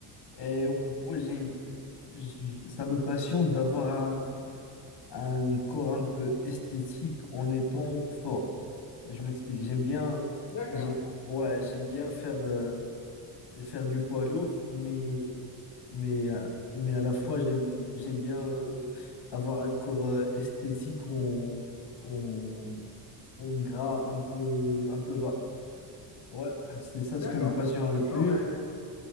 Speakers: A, on the left; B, on the left.
A: Et ouais, j'aime- j- ça me passionne d'avoir un un corps un peu esthétique en étant fort. Je m'explique, j'aime bien,
B: D'accord.
A: j'aime, ouais, j'aime bien faire, euh, faire du poids lourd, mais, mais,
B: Mhm.
A: euh, mais à la fois, j'aime, j'aime bien euh, avoir un corps euh, esthétique en, en, en gras un peu, un peu bas. Ouais, c'est ça
B: D'accord.
A: ce qui me passionne le
B: Non,
A: plus.
B: mais